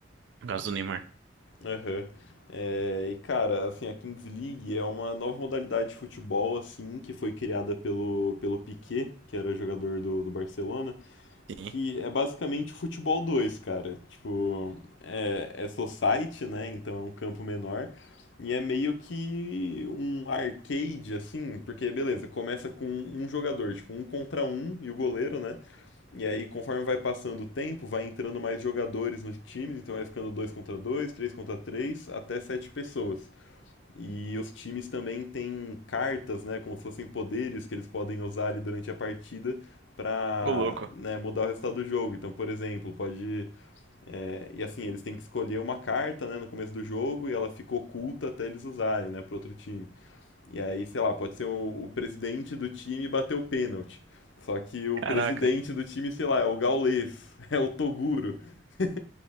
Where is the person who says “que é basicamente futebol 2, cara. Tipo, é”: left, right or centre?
Left